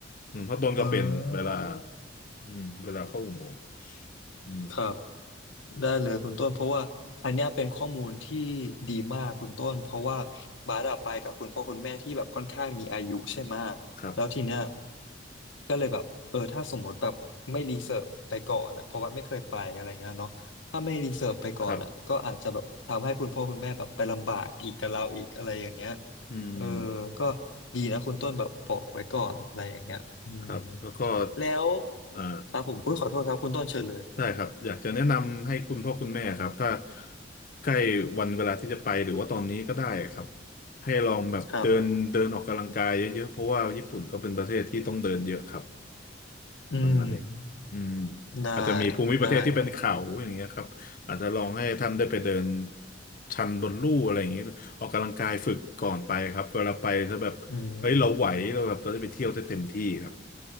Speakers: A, on the left; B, on the left.
A: อืมเพราะต้นก็เป็นเวลา
B: อ่า
A: อืมเวลาเข้าอุโมงค์อืม
B: ครับ ได้เลยคุณต้นเพราะว่าอันเนี้ยเป็นข้อมูลที่ดีมากคุณต้นเพราะว่าบาสอะไปกับคุณพ่อคุณแม่ที่แบบค่อนข้างมีอายุใช่ไหมะ
A: ครับ
B: แล้วทีเนี้ยก็เลยแบบเออถ้าสมมติแบบไม่รีเสิร์ชไปก่อนอะเพราะว่าไม่เคยไปอะไรเงี้ยเนาะถ้าไม่รีเสิร์ชไปก่อนอะก็อาจจะแบบทำให้คุณพ่อคุณแม่แบบไปลำบากอีกกับเราอีกอะไรอย่างเงี้ย
A: ครับอืม
B: เออก็ดีนะคุณต้นแบบบอกไว้ก่อนอะไรอย่างเงี้ยอืม
A: ครับแล้วก็
B: แล้ว
A: อ่า
B: ครับผมอุ้ยขอโทษครับคุณต้นเชิญเลย
A: ได้ครับอยากจะแนะนำให้คุณพ่อคุณแม่ครับถ้าใกล้วันเวลาที่จะไปหรือว่าตอนนี้ก็ได้ครับให้ลองแบบเดินเดินออกกำลังกายเยอะๆเพราะว่าญี่ปุ่นก็เป็นประเทศที่ต้องเดินเยอะครับ
B: ครับอืม
A: ประมาณนี้อืม
B: ได้
A: อาจจะมีภูมิประเทศที่เป็นเขาอย่างเงี้ยครับอาจจะลองให้ท่านได้ไปเดิน
B: ได้ครับ
A: ชันบนลู่อะไรอย่างเงี้ยออกกำลังกายฝึกก่อนไปครับเวลาไปจะแบบเฮ้ยเราไหวเราแบบเราได้ไปเที่ยวได้เต็มที่ครับ
B: อืม